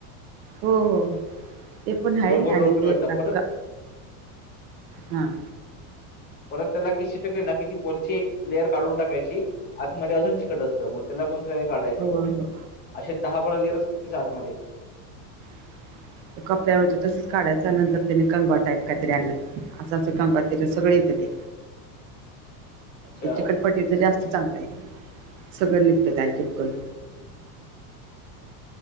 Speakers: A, on the right; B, on the left.
A: हो हो ते पण आहे
B: गोल गोल
A: आणि
B: रोल फिरवायचा
A: ते असं
B: परत
A: का हा.
B: परत त्याला किस्ती टकली ना कि ती पोरची एक लेअर काढून टाकायची. आता मध्ये अजून चिकट असतं मग त्याला कोणा
A: हो हो
B: असे दहा बळा लि त्याच्या आतमध्ये
A: <inaudible> कपड्यावर तसेच काढायच नंतर त्याने कंगवा टाईप काहीतरी आणलं असं असं कंगवा त सगळ येतं ते
B: अच्छा.
A: चखटपटी तर जास्त चांगलं आहे सगळं निघत त्याल चिपकून